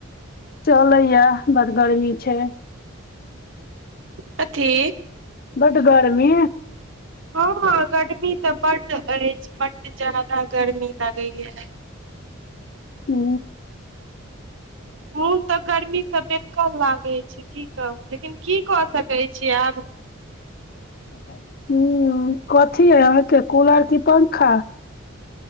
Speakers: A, on the left; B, on the right.
A: चलैय ऐ बड़ गर्मी छै।
B: कथी
A: बड गर्मी।
B: हँ गर्मी तऽ बड अछि बड जादा गर्मी लगैए
A: हू
B: मन तऽ गर्मीसँ बेकल लागैत छै की कहू, लेकिन की कऽ सकैत छी आब।
A: हँ, की है अहाँके कूलर की पंखा?